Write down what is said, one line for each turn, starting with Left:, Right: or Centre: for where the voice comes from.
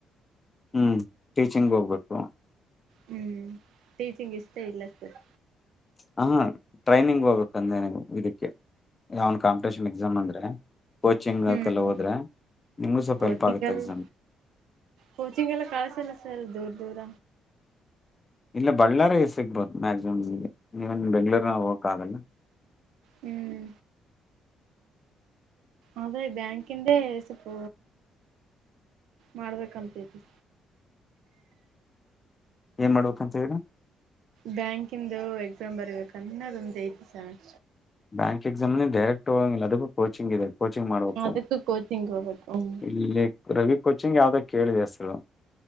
Left: ಹ್ಮ್ ಟೀಚಿಂಗ್ ಹೋಗ್ಬೇಕು
Right: ಹ್ಮ್ ಟೀಚಿಂಗ್ ಇಷ್ಟೇ ಇಲ್ಲ ಸರ್
Left: ಹಾ ಟ್ರೈನಿಂಗ್ ಹೋಗ್ಬೇಕಂದ್ರೆ ನೀವು ಇದಕ್ಕೆ ಯಾವನ್ ಕಾಂಪಿಟೇಷನ್ ಎಕ್ಸಾಮ್ ಅಂದ್ರೆ ಕೋಚಿಂಗ್ಕೆಲ್ಲ
Right: ಹ್ಮ್
Left: ಹೋದ್ರೆ ನಿಮಗೂ ಸ್ವಲ್ಪಲ್ಪ್
Right: ಕೋಚಿಂಗ್
Left: ಆಗುತ್ತೆ
Right: ಎಲ್ಲ
Left: ಎಕ್ಮ್
Right: ಕೋಚಿಂಗ್ ಎಲ್ಲ ಕಳ್ಸಲ್ಲ ಸರ್ ದೂರ ದೂರ
Left: ಇಲ್ಲ ಬಳ್ಳಾರಿ ಸಿಗ್ಬಹುದು ಮ್ಯಾಕ್ಸಿಮಮ್ ನಿಮಗೆ ಇವನ್ ಬೆಂಗಳೂರ್ ನ ಹೋಗಕ್ ಆಗಲ್ಲ
Right: ಹ್ಮ್ ಆದ್ರೆ ಬ್ಯಾಂಕಿಂದೆ ಸ್ವಲ್ಪ ಮಾಡ್ಬೇಕಂತತಿ
Left: ಏನ್ ಮಾಡ್ಬೇಕ ಅಂತ ಹೇಳ್ರಿ
Right: ಬ್ಯಾಂಕಿಂದು ಎಕ್ಸಾಮ್ ಬರ್ಬೇಕಂದೊಂದ ಐತಿ ಸೆರ್
Left: ಬ್ಯಾಂಕ್ ಎಕ್ಸಾಮ್ನ ಡರೆಕ್ಟ್ ಹೋಗಂಗ ಅದಕ್ಕ ಕೋಿಂಗ್ ಇದೆ ಕೋಚಿಂಗ್ ಮಾಡ್ಬೇಕು
Right: ಅದಕ್ಕೂ ಕೋಚಿಂಗ್ ಹೋಗ್ಬೇಕು ಹ್ಮ್
Left: ಇಲ್ಲಿ ರವಿ ಕೋಚಿಂಗ್ ಯಾವ್ದ ಕೇಳಿದೆ ಹೆಸರು